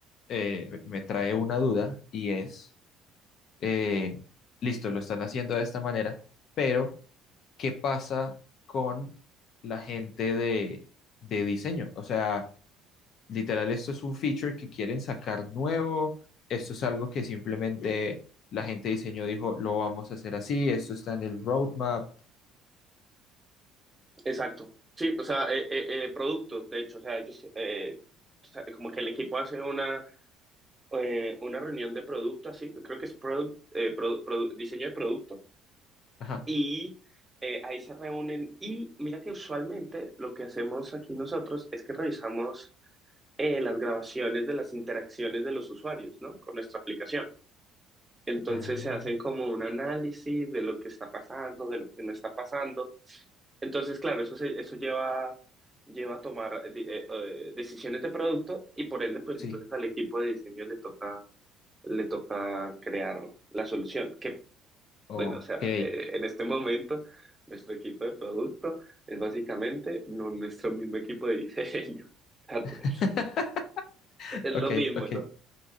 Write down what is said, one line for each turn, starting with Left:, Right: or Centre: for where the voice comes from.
Left: eh, me trae una duda y es, eh, listo, lo están haciendo de esta manera, pero ¿qué pasa con la gente de, de diseño? O sea, literal, esto es un feature que quieren sacar nuevo, esto es algo que simplemente la gente de diseño dijo, lo vamos a hacer así, esto está en el roadmap.
Right: Exacto. Sí, o sea, eh, eh, eh, productos, de hecho, o sea, ellos, eh, o sea, como que el equipo hace una, eh, una reunión de producto, así, creo que es product, eh, produ- produ- diseño de producto,
Left: Ajá.
Right: y eh, ahí se reúnen. Y mira que usualmente lo que hacemos aquí nosotros es que revisamos eh, las grabaciones de las interacciones de los usuarios, ¿no? Con nuestra aplicación. Entonces
Left: Ah,
Right: se hacen como un análisis de lo que está pasando, de lo que no está pasando. Entonces, claro, eso, se- eso lleva, lleva a tomar eh, eh, eh, decisiones de producto y por ende, pues
Left: sí.
Right: entonces al equipo de diseño le toca, le toca crear la solución. Que,
Left: Ok.
Right: bueno, o sea, eh, en este momento nuestro equipo de producto es básicamente no nuestro mismo equipo de diseño. <laughs>
Left: <laughs>
Right: Es lo
Left: Ok,
Right: mismo,
Left: ok.
Right: ¿no?